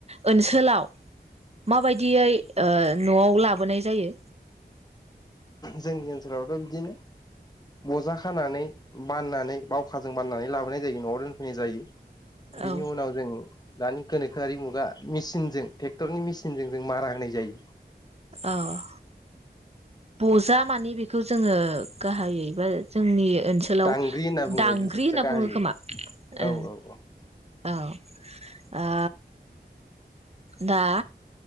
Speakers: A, on the right (about 35°); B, on the left (about 20°).
A: ओनसोलाव माबायदियै ओ न'आव लाबोनाय जायो।
B: जोंनि ओनसोलावथ' बिदिनो बजा खानानै बाननानै बावखाजों बाननानै लाबोनाय जायो न'आव दोनफैनाय जायो। बिनि
A: औ
B: उनाव जों दानि गोनोखोआि मुगा मेसिनजों ट्रेक्टरनि मेसिनजों जों मारा होनाय जायो।
A: औ बजा मानि बेखौ जोङो गाहायै बा जोंनि ओनसोलाव
B: दांग्रि होनना बुङो
A: दांगांग्रि होनना
B: गाहायै
A: बुङो खोमा
B: औ
A: ओ
B: औ
A: औ ओ दा